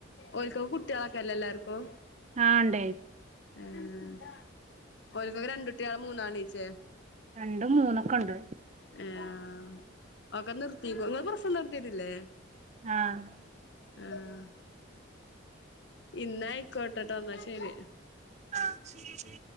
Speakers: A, on the left; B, on the right.
A: ഓൽക്കൊക്കെ കുട്ട്യാളൊക്കെല്ലെ എല്ലാർക്കും
B: ആഹ് ഇണ്ട്
A: ഉം ഉം ഓൽക്കൊക്കെ രണ്ട്ട്ട്യാളോ മൂന്നാളീച്ചേ
B: രണ്ടും മൂന്നൊക്കെണ്ട്
A: ഏഹ് ആഹ് ഒക്കെ നിർത്തീക്കൊ നിങ്ങൾ പ്രസവം നിർത്തിട്ടില്ലേ
B: ആഹ്
A: ആഹ് ഇന്ന ആയിക്കോട്ടട്ടോ ന്നാ ശരി
B: ആഹ്